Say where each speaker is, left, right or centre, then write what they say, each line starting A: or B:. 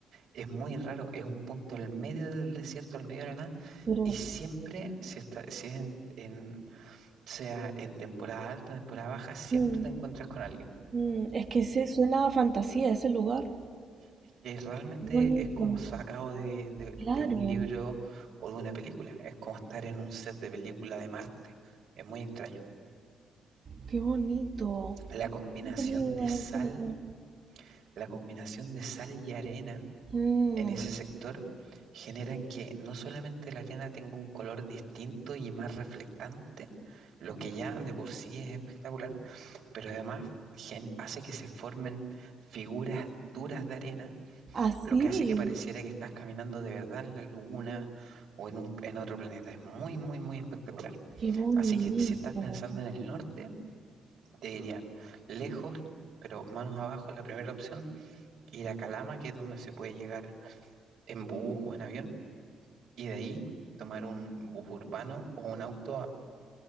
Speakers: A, on the right; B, on the right.
A: Es muy raro, es un punto al medio del desierto, al medio de la nada,
B: Pero
A: y
B: es,
A: siempre, si, está, si es en, en sea en temporada alta, temporada baja, siempre
B: mm,
A: te encuentras con alguien.
B: mm, es que se suena a fantasía ese lugar.
A: Es que realmente
B: Qué bonito.
A: es como sacado de, de-
B: Claro.
A: de un libro o de una película. Es como estar en un set de película de Marte. Es muy extraño.
B: Qué bonito.
A: La combinación
B: No tenía idea
A: de sal,
B: de ese lugar.
A: la combinación de sal y arena
B: Mm,
A: en ese sector generan que no solamente la arena tenga un color distinto y más reflectante, lo que ya de por sí es espectacular, pero además gen- hace que se formen figuras duras de arena,
B: así.
A: lo que hace que pareciera que estás caminando de verdad en la luna o en, un- en otro planeta. Es muy, muy, muy espectacular.
B: Qué bonito.
A: Así que si estás pensando en el norte, te diría lejos, pero manos abajo, la primera opción, ir a Calama, que es donde se puede llegar en bus o en avión, y de ahí tomar un bus urbano o un auto a,